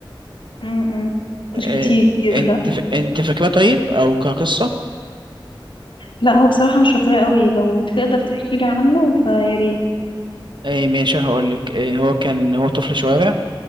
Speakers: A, on the left; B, on the right.
A: امم مش
B: آه
A: كتير
B: انت
A: لا
B: ف... انت فاكراه طيب او كقصة؟
A: لا هو بصراحة مش فاكراه قوي لو تقدر تحكي لي عنه فيا ريت
B: آه ماشي هقول لك آه هو كان هو طفل شوارع